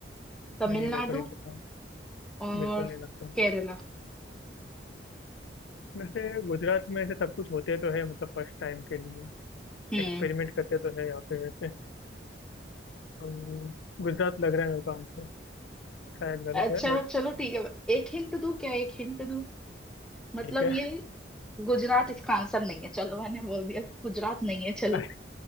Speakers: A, in the centre; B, on the left.
A: तमिलनाडु
B: नहीं मेरे को नहीं लगता
A: और
B: बिल्कुल नहीं लगता
A: केरला
B: वैसे गुजरात में ऐसे सब कुछ होते तो है मतलब फर्स्ट टाइम के लिए
A: हम्म
B: एक्सपेरिमेंट करते तो है यहाँ पे वैसे तो गुजरात लग रहा है मेरे को आंसर शायद
A: <laughs>
B: गलत
A: अच्छा
B: है बट
A: चलो ठीक है एक हिंट दूं क्या एक हिंट दूं मतलब
B: ठीक है
A: ये गुजरात इसका आंसर नहीं है चलो मैंने बोल दिया कि गुजरात नहीं है चलो
B: <laughs>